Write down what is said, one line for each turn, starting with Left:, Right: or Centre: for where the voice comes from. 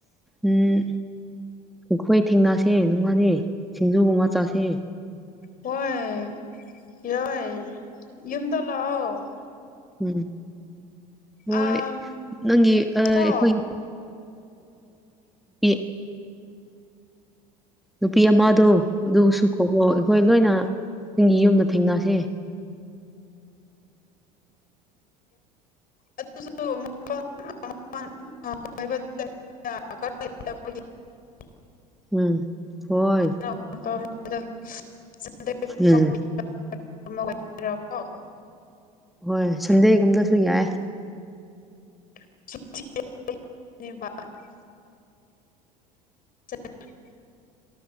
Centre: ꯎꯝ ꯑꯈꯣꯏ ꯊꯦꯡꯅꯁꯦ ꯅꯨꯡꯉꯥꯗꯤ ꯁꯤꯡꯖꯨꯒꯨꯝꯕ ꯆꯁꯦ
Left: ꯍꯣꯏ ꯌꯥꯏꯑꯦ ꯌꯨꯝꯗ ꯂꯥꯛꯑꯣ꯫
Centre: ꯎꯝ ꯍꯣꯏ
Left: ꯑꯥ
Centre: ꯅꯪꯒꯤ ꯑ
Left: ꯀꯣ
Centre: ꯑꯈꯣꯏꯒꯤ <unintelligible> ꯅꯨꯄꯤ ꯑꯃꯗꯣ ꯑꯗꯨꯁꯨ ꯈꯣꯡꯂꯑꯣ ꯑꯈꯣꯏ ꯂꯣꯏꯅ ꯅꯤꯡꯒꯤ ꯌꯨꯝꯗ ꯊꯦꯡꯅꯁꯦ꯫
Left: ꯑꯗꯨꯁꯨ <unintelligible> <unintelligible>
Centre: ꯎꯝ ꯍꯣꯏ
Left: <unintelligible>
Centre: ꯎꯝ
Left: <unintelligible> ꯑꯣꯏꯀꯣ
Centre: ꯍꯣꯏ ꯁꯟꯗꯦꯒꯨꯝꯗ ꯑꯗꯨ ꯌꯥꯏ
Left: <unintelligible> ꯆꯠ <unintelligible>